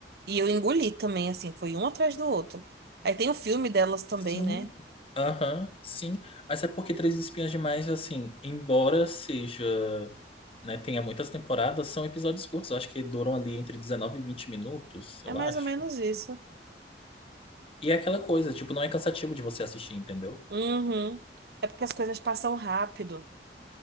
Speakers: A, on the right (about 60°); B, on the left (about 30°).
A: E eu engoli também, assim, foi um atrás do outro. Aí tem o filme delas também,
B: Sim,
A: né?
B: aham, sim. Mas é porque Três Espinhas Demais, assim, embora seja, né, tenha muitas temporadas, são episódios curtos. Eu acho que duram ali entre 19 e 20 minutos, eu
A: É mais
B: acho.
A: ou menos isso.
B: E é aquela coisa, tipo, não é cansativo de você assistir, entendeu?
A: Uhum. É porque as coisas passam rápido.